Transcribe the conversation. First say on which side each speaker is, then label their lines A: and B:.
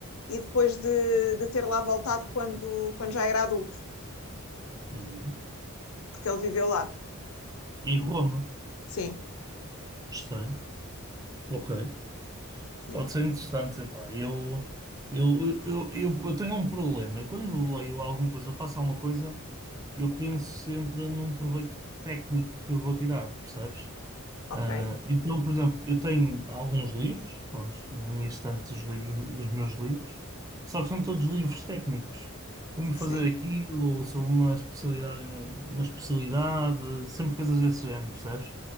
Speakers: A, on the left (about 75°); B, on the right (about 15°).
A: e depois de, de ter lá voltado quando, quando já era adulto,
B: Hum,
A: porque ele viveu lá.
B: Em Roma.
A: Sim,
B: Estranho. Ok.
A: sim,
B: Pode ser interessante, pá. Eu, eu, eu, eu, eu tenho um problema. Quando leio alguma coisa, ou faço alguma coisa, eu penso sempre num proveito técnico que eu vou tirar, percebes?
A: ok,
B: Ah, então, por exemplo, eu tenho alguns livros, pronto, na minha estante dos livros, dos meus livros, só que são todos livros técnicos. Como
A: sim,
B: fazer aquilo, ou sobre uma especialidade, uma especialidade, sempre coisas desse género, percebes?